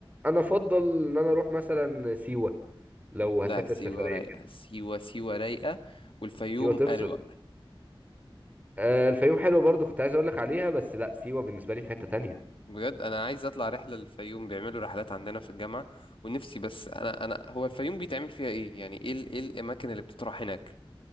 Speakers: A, on the right; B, on the left.
A: انا افضل ان انا اروح مثلا سيوه لو هسافر
B: لا سيوه
A: سفرية
B: رايقه
A: كده
B: سيوه سيوه رايقه والفيوم
A: سيوة تفصل
B: اروق
A: آه الفيوم حلوة برضو كنت عايز اقول لك عليها بس لا سيوة بالنسبة لي في حتة تانية
B: بجد انا عايز اطلع رحله للفيوم بيعملوا رحلات عندنا في الجامعه ونفسي بس انا انا هو الفيوم بيتعمل فيها ايه يعني ايه ال- ايه الاماكن اللي بتطرح هناك